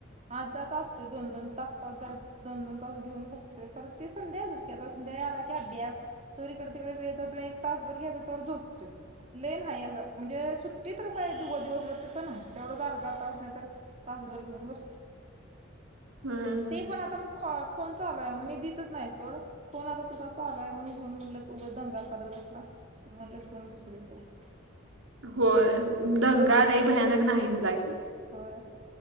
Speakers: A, on the right (about 35°); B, on the right (about 80°).
A: आत जात असतोय दोन-दोन तास तात जा दोन-दोन तास घेऊन बसतोय खरं ती संध्याचच की आता संध्या आला की अभ्यास. तवर इकड तिकड वेळ जातोय एक तासभर घ्यायचा तोवर झोपतोय. लई नाही असं म्हणजे सुट्टीत कसा आहे दिवस दिवसभर तसं नाही तेवढंच अर्धा तास नाही तर तास भर घेऊन बसतो.
B: हं
A: ते पण आता मग खो फोन चालू आय म्हणून मी दितच नाही सोड. फोन आता तुझा चालूय म्हणून घेऊन म्हणलं उगाच दंगा करत बसणार. म्हणलं घेवून बसू दे तोवर.
B: होय दंगा
A: हा
B: लई भयानक नाही दिला की.
A: होय